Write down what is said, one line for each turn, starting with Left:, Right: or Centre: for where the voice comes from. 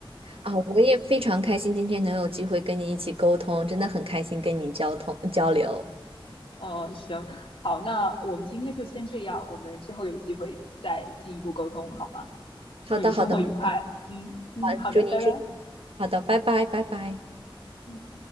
Right: 啊，我也非常开心今天能有机会跟你一起沟通，真的很开心跟你交通交流。
Left: 呃，行，好，那我们今天就先这样，我们之后有机会再进一步沟通，好吗？祝你生活愉快。
Right: 好的，好的，没问题。
Left: 嗯嗯，
Right: 好，
Left: 好的，
Right: 祝您是
Left: 拜拜。
Right: 好的，拜拜，拜拜。
Left: 嗯。